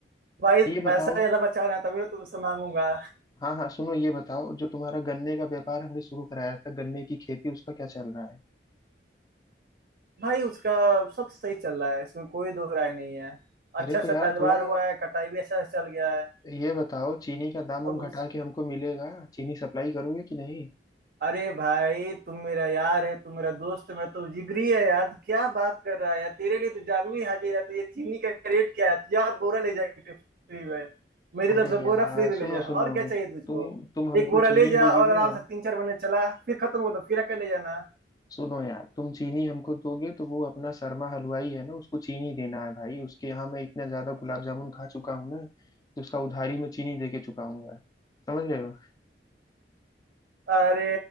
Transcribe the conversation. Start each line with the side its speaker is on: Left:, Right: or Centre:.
Right: भाई
Left: ये
Right: पैसा
Left: बताओ
Right: ज्यादा बचा रहे हैं तभी तो तुमसे मांगूंगा
Left: हाँ हाँ सुनो ये बताओ जो तुम्हारा गन्ने का व्यापार हमने शुरू कराया था गन्ने की खेती उसका क्या चल रहा है
Right: भाई उसका सब सही चल रहा है इसमें कोई दो राय नहीं है
Left: अरे
Right: अच्छा सा
Left: तो यार
Right: पैदावार
Left: थोड़ा
Right: हुआ है कटाई भी अच्छा से चल गया है
Left: ये बताओ चीनी का दाम
Right: अब
Left: हम घटा के हमको मिलेगा चीनी सप्लाई करोगे कि नहीं
Right: अरे भाई तुम मेरा यार है तुम मेरा दोस्त है मैं तो जिगरी है यार तू क्या बात कर रहा है यार तेरे लिए तो जानवी हाजिर है तो ये चीनी का रेट क्या है तुझे आप बोरा ले जा फ्री में मेरी तरफ
Left: अरे
Right: से
Left: यार
Right: बोरा फ्री में
Left: सुनो
Right: ले जा
Left: सुनो
Right: और क्या चाहिए तुझको
Left: तुम तुम हमको
Right: एक बोरा ले
Left: चीनी
Right: जा
Left: दोगे
Right: और आराम
Left: ना
Right: से तीन चार महीने चला फिर खत्म हो तो फिर आके ले जाना
Left: सुनो यार तुम चीनी हमको दोगे तो वो अपना शर्मा हलवाई है ना उसको चीनी देना है भाई उसके यहाँ मैं इतना ज्यादा गुलाब जामुन खा चुका हूँ ना कि उसका उधारी में चीनी दे के चुकाऊंगा समझ रहे हो
Right: अरे